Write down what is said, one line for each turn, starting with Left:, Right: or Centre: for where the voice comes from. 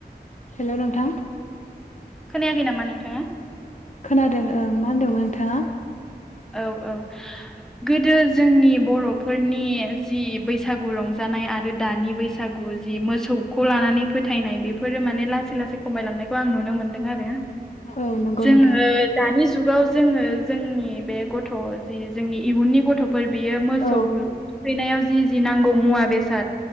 Left: हेल' नोंथां
Centre: खोनायाखै नामा नोंथाङा?
Left: खोनादों ओं मा होनदोंमोन नोंथाङा
Centre: औ औ गोदो जोंनि बर'फोरनि जि बैसागु रंजानाय आरो दानि बैसागु जि मोसौखौ लानानै फोथायनाय बेफोरो माने लासै लासै खमायलांनायखौ आं नुनो मोनदों आरो
Left: औ नंगौ
Centre: जोङो
Left: नोंथां
Centre: दानि जुगाव जोङो जोंनि बे गथ' जि जोंनि इयुननि गथ'फोर बियो मोसौ
Left: औ
Centre: थुखैनायाव जि जि नांगौ मुवा बेसाद